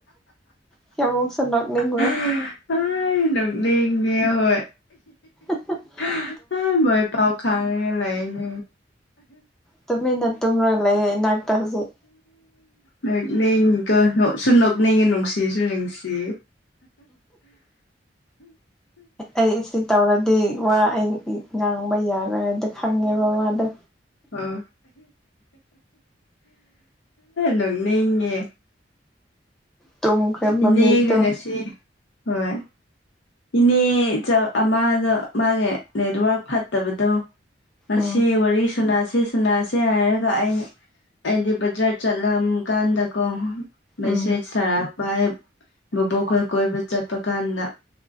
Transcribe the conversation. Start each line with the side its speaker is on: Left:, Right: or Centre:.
Centre: ꯀꯌꯥꯃ‌ꯣꯛꯁꯨ ꯅ‌ꯣꯛꯅꯤꯡꯕ꯭ꯔꯥ
Left: ꯑꯥꯏ
Centre: <unintelligible>
Left: ꯅꯣꯛꯅꯤꯡꯉꯦ ꯍꯣꯏ
Centre: <unintelligible> <unintelligible>
Left: ꯑ ꯃꯣꯏ ꯄꯥꯎ ꯈꯪꯉꯒ ꯂꯩꯅꯦ
Centre: ꯇꯨꯃꯤꯟꯅ ꯇꯨꯝꯔꯒ ꯂꯩꯌꯦ ꯏꯅꯥꯛꯇ ꯍꯧꯖꯤꯛ
Left: ꯅꯣꯛꯅꯤꯡꯉꯤꯀꯣ ꯅꯣꯛꯁꯨ ꯅ‌ꯣꯛꯅꯤꯡꯉ‌ꯦ ꯅꯨꯡꯁꯤꯁꯨ ꯅꯨꯡꯁꯤꯌ‌ꯦ
Centre: ꯑꯩ ꯁꯤ <unintelligible> ꯇꯧꯔꯗꯤ ꯋꯥ ꯑꯩ ꯉꯥꯡꯕ ꯌꯥꯔꯣꯏ ꯍꯥꯏꯗꯤ ꯈꯪꯉꯦꯕ ꯋꯥꯗꯣ
Left: ꯑꯣ ꯅ‌ꯣꯛꯅꯤꯡꯉꯦ
Centre: ꯇꯨꯝꯈ꯭ꯔꯦ ꯃꯃꯤꯠꯇꯣ
Left: ꯏꯅꯦꯒ ꯉꯁꯤ ꯍꯣꯏ ꯏꯅꯦꯆ ꯑꯃꯗ‌ꯣ ꯃꯥꯒꯤ ꯅꯦꯠꯋꯔꯛ ꯐꯠꯇꯕꯗꯣ ꯑꯁꯤ
Centre: ꯎꯝ
Left: ꯋꯥꯔꯤ ꯁꯅꯁꯤ ꯁꯅꯥꯁꯦ ꯍꯥꯏꯔꯒ ꯑꯩꯅ ꯑꯩꯗꯤ ꯕꯖꯥꯔ ꯆꯠꯂꯝ ꯀꯥꯟꯗꯀꯣ ꯃꯦꯁꯦꯠ
Centre: ꯎꯝ
Left: ꯊꯔꯛꯄ ꯍꯋꯦ ꯕꯣꯕꯣꯛꯈꯣꯏ ꯀꯣꯏꯕ ꯆꯠꯄ ꯀꯥꯟꯗ